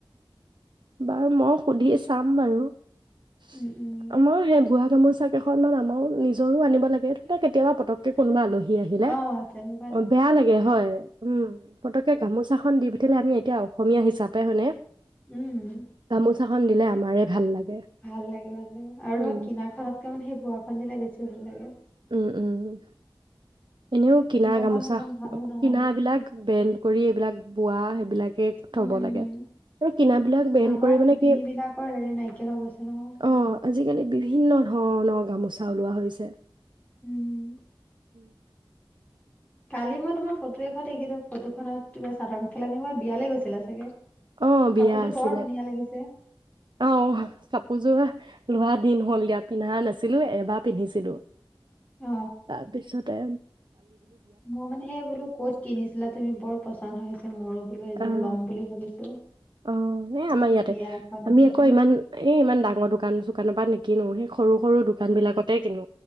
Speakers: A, on the right; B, on the left.
A: বাৰু মই সুধি চাম বাৰু। <unintelligible>
B: উম উম
A: মোৰ চাইকেলখন <unintelligible> নিজৰও আনিব লাগে তাতে কেতিয়াবা পতককে কোনোবা আলহী ই আহিলে
B: অ তেনেকুৱাত
A: বেয়া লাগে হয়, উম, পতককে গামোচাখন দিবি আমি এতিয়া অসমীয়া হিচাপে হয়নে?
B: উম
A: গামোচা খন দিলে আমাৰে ভাল লাগে।
B: ভাল লাগে মানে আৰু
A: উম
B: কিনা খনতকে মানে সেই বোৱাখন দিলে বেছি ভাল লাগে।
A: উম, উম। এনেও কিনা
B: কিনাখন
A: গামোচা
B: ইমান ভালো নালাগে
A: কিনা বিলাক বেণ্ড কৰি এইবিলাক বোৱাহে লাগে
B: উম
A: থব লাগে আৰু কিনা বিলাক বেণ্ড
B: আমাৰ
A: কৰিব
B: শিপিনী
A: নেকি?
B: বিলাকৰ হেৰি নাইকিয়া হৈ গৈছে নহয়
A: অ' আজি কালি বিভিন্ন ধৰণৰ গামোচা ওলোৱা হৈছে।
B: উম।
A: উম <unintelligible>
B: কালি মই তোমাক ফটোএটাত দেখিলোঁ। ফটোখনত কিবা চাদৰ মেখেলা পিন্ধা ক'ৰবাত বিয়ালৈ গৈছিলা চাগে?
A: অ'
B: কাপোৰযোৰ
A: বিয়া আছিলে।
B: বৰ ধুনীয়া লাগিছে
A: অ' কাপোৰযোৰা লোৱা দিন হ'ল দিয়া পিন্ধা নাছিলো এবাৰ পিন্ধিছিলো।
B: অ
A: তাৰ পিছতে
B: মই মানে সেই বোলো ক'ত কিনিছিলা তুমি? বৰ পছন্দ হৈছে মোৰো। বোলো এযোৰ
A: অ'
B: ল'ম বুলি ভাবিছো
A: অ' এ আমাৰ ইয়াতে
B: বিয়া এখন আহি
A: আমি
B: আছে
A: আকৌ ইমান এই ইমান ডাঙৰ দোকান-চোকানৰ পৰা নিকিনো সৰু সৰু দোকান বিলাকতে কিনো।